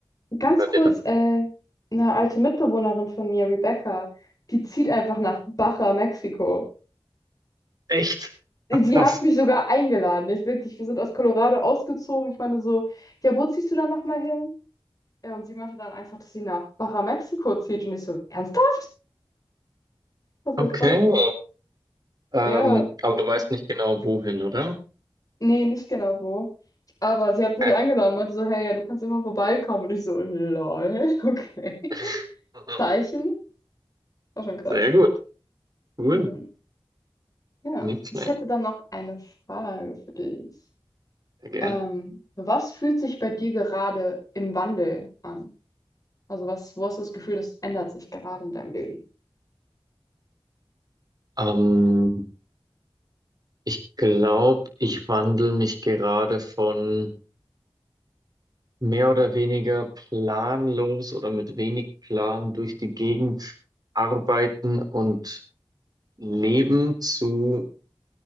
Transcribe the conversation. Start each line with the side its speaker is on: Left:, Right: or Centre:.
Left: Ganz
Right: hört
Left: kurz,
Right: ihr das.
Left: äh, eine alte Mitbewohnerin von mir, Rebecca, die zieht einfach nach Baja, Mexiko.
Right: Echt?
Left: Sie
Right: Ach, krass.
Left: hat mich sogar eingeladen. Ich wirklich, wir sind aus Colorado ausgezogen. Ich meine so, ja, wo ziehst du dann nochmal hin? Ja, und sie meinte dann einfach, dass sie nach Baja, Mexiko zieht. Und ich so, ernsthaft? Das war voll
Right: Okay.
Left: krass.
Right: Ähm,
Left: Ja,
Right: aber du weißt nicht genau wohin, oder?
Left: nee, nicht genau wo. Aber sie hat mich
Right: Okay.
Left: eingeladen, meinte so, hey, ja, du kannst immer vorbeikommen. Und ich so, lol, okay. <laughs>
Right: <laughs>
Left: Zeichen? War schon krass.
Right: Sehr gut. Cool.
Left: Hm. Ja,
Right: Nicht
Left: ich
Right: schlecht.
Left: hätte dann noch eine Frage für dich.
Right: Sehr gern.
Left: Ähm, was fühlt sich bei dir gerade im Wandel an? Also was, wo hast du das Gefühl, das ändert sich gerade in deinem Leben?
Right: Ähm, ich glaube, ich wandel mich gerade von mehr oder weniger planlos oder mit wenig Plan durch die Gegend arbeiten und leben zu